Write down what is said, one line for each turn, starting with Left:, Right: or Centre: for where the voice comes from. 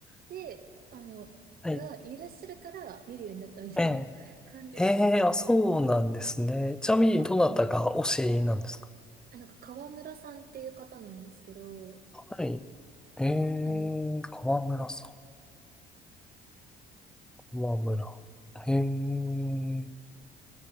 Right: で、あの、
Centre: はい。
Right: がいらっしゃるから見るようになったみたいな
Centre: ええ。
Right: <laughs> 感じですね。
Centre: ええ、あ、そうなんですね。ちなみに、どなたが推しなんですか
Right: あ、なんか川村さんっていう方なんですけど、
Centre: はい。ええ、
Right: あの、
Centre: 河村さ
Right: そう、
Centre: ん、河村。ええ。